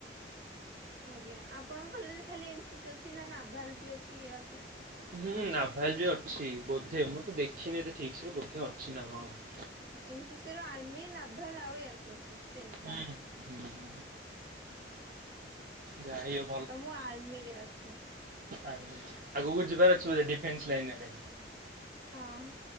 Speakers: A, on the right; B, on the right.
A: ଆଜ୍ଞା ଆପଣଙ୍କ କଲେଜରେ ଖାଲି ଏମ ସି ସି ଅଛି ନା ନାଭାଲ ବି ଅଛି ଏୟାର ପ୍ରୋସ।
B: ହୁଁ ନାଭାଲ ବି ଅଛି ବୋଧେ ମୁଁ ତ ଦେଖିନି ଏତେ ଠିକ୍ ସେ ବୋଧେ ଅଛି ନା କଣ।
A: ଏନ୍ ସି ସି ର ଆର୍ମି ନାଭାଲା ଆଉ ଏୟାର ଫୋର୍ସ ଅଛି। ତିନିଟା
B: ହୁଁ ହୁଁ ହୁଁ ହୁଁ। ଯାଇ ଅ
A: ତ ମୁଁ ଆର୍ମି ରେ ଅଛି।
B: ଆର୍ମି ଆଗୁକୁ ଯିବାର ଅଛି ବୋଧେ ଡିଫେନ୍ସ ଲାଇନ ଆଡେ।
A: ହଁ